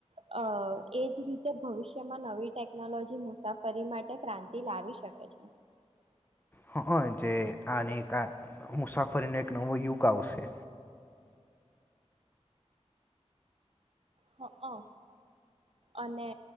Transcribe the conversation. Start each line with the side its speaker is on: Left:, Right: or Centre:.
Right: અ એજ રીતે ભવિષ્યમાં નવી ટેકનોલોજી મુસાફરી માટે ક્રાંતિ લાવી શકે છે.
Left: હ જે આની આ મુસાફરીનો એક નવો યુગ આવશે.
Right: હ અ અને